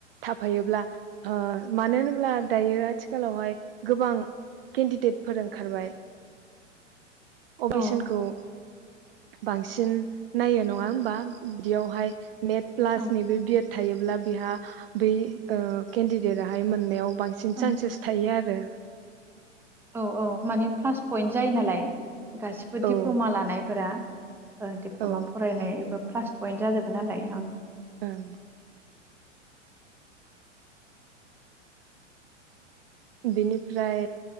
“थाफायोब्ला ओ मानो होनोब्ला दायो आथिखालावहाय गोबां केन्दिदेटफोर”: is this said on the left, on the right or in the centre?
Right